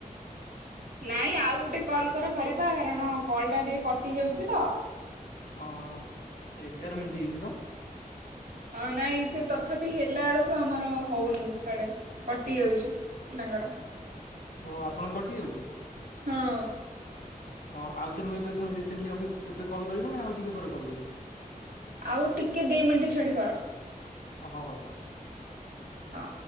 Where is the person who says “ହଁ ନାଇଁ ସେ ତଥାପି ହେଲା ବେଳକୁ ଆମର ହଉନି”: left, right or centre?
Right